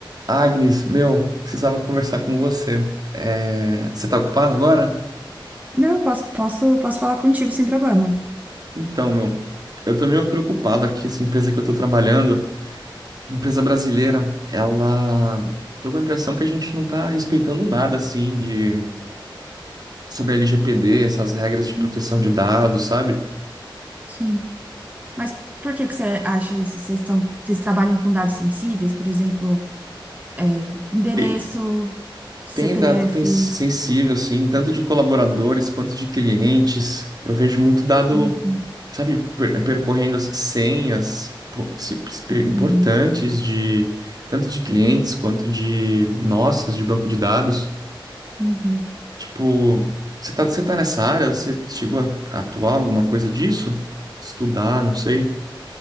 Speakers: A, on the right; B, on the right.
A: Agnes, meu, precisava conversar com você. É, Você tá ocupado agora?
B: Não, posso, posso, posso falar contigo sem problema.
A: Então, meu, eu tô meio preocupado aqui. Essa empresa que eu tô trabalhando, uma empresa brasileira, ela. Tô com a impressão que a gente não tá respeitando nada, assim, de. Sobre a LGPD, essas regras de proteção
B: Uhum.
A: de dados, sabe?
B: Sim. Mas por que que você acha isso? Vocês estão, vocês trabalham com dados sensíveis, por exemplo, é, endereço,
A: E
B: CPF.
A: Tem dado pen- sensível, assim, tanto de colaboradores quanto de clientes. Eu vejo muito dado
B: Uhum,
A: sabe, per- percorrendo as senhas po- se- se- per- importantes
B: uhum,
A: de tanto de clientes quanto de nossas de banco de dados.
B: uhum.
A: Tipo, você tá, você tá nessa área? Você chegou a a atuar alguma coisa disso? Estudar, não sei.